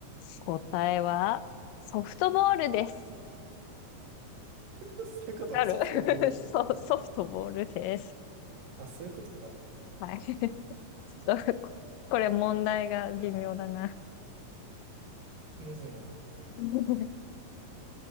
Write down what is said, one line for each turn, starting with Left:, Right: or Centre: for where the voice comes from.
Left: 答えは、ソフトボールです。
Right: <laughs> そういうことソフトボール
Left: わかる <laughs> そう、ソフトボールです。
Right: あ、そういうことか。
Left: はい。<laughs> ちょっと、ここれ問題が微妙だな。
Right: むずいな。
Left: <laughs>